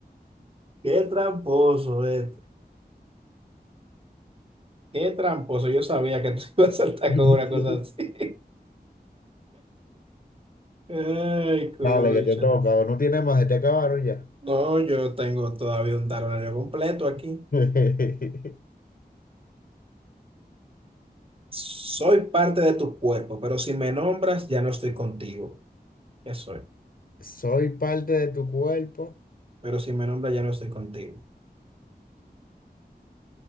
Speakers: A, on the right; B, on the left.
A: Qué tramposo, este. Qué tramposo. Yo sabía que tú <laughs> ibas a saltar
B: <laughs>
A: con una cosa así. <laughs> Ay, escucha.
B: Dale, que te toca, no tiene más, se te acabaron ya.
A: No, yo tengo todavía un talonario completo aquí.
B: <laughs>
A: Soy parte de tu cuerpo, pero si me nombras, ya no estoy contigo. ¿Qué soy?
B: Soy parte de tu cuerpo,
A: Pero si me nombras, ya no estoy contigo.